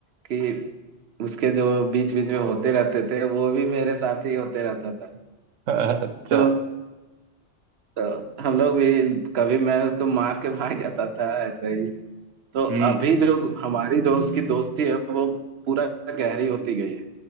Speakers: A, on the right; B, on the right.
A: कि उसके जो बीच बीच में होते रहते थे वो भी मेरे साथ ही होते रहता था
B: <laughs> अच्छा
A: तो, तो हम लोग भी कभी मैं उसको मार के भाग जाता था ऐसा ही तो
B: हम्म
A: अभी जो हमारी जो उसकी दोस्ती है वो पूरा गहरी होती गई है